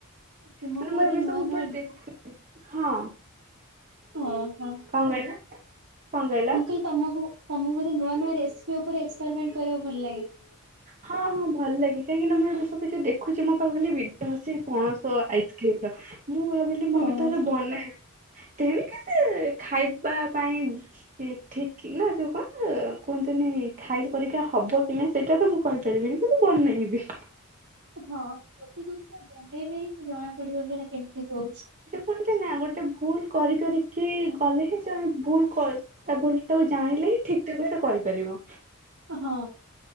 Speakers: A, on the right; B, on the right.
A: ତୁମକୁ
B: ମାନେ ମୁଁ
A: ବୋଧେ
B: ଏବେ
A: ନୂଆ
B: ସବୁ
A: ନୂଆ
B: ଉପରେ ଦେଖୁଚି। ହଁ।
A: ଅ ହ।
B: କଣ କହିଲ? କଣ କହିଲ?
A: ମୁଁ କହିଲି ତମକୁ ତମକୁ ବୋଧେ ନୂଆ ନୂଆ ରେସିପି ଉପରେ ଏକ୍ସପେରିମେଣ୍ଟ କରିବାକୁ ଭଲ ଲାଗେ?
B: ହଁ ହଁ ଭଲ ଲାଗେ। କାହିଁକି ନା ମୁଁ ଏବେ ସବୁ ଯଉ ଦେଖୁଚି ମୋ ପାଖକୁ ଖାଲି ଭିଡିଓ ଆସୁଚି ପଣସ ଆଇସ୍କ୍ରିମ୍ ର। ମୁଁ ଭାବିଲି ମୁଁ
A: ଓହୋ।
B: ବି ଥରେ ବନାଏ। ତେଣିକି ସେ ଖାଇବା ପାଇଁ ଏ ଠିକି ନା ଯୋଉ କଣ କୁହନ୍ତିନି ଖାଇଲା ପରିକା ହବ କି ନାଇଁ ସେଟା ତ ମୁଁ କହିପାରିବିନି କିନ୍ତୁ ବନେଇବି।
A: ହଁ ଗୋଟେ ଜିନିଷ ବନେଇଲେ ହିଁ ଜଣା ପଡିବ ଯେ ହେଟା କେମିତି ହଉଚି।
B: ଯେ କୁହନ୍ତି ନା ଗୋଟେ ଭୁଲ୍ କରି କରିିକି ଗଲେ ହିଁ ଜଣେ ଭୁଲ୍ କର ତା ଭୁଲ ଟାକୁ ଜାଣିଲେ ହିଁ ଠିକ୍ ଟାକୁ ସେ କରିପାରିବ।
A: ହଁ।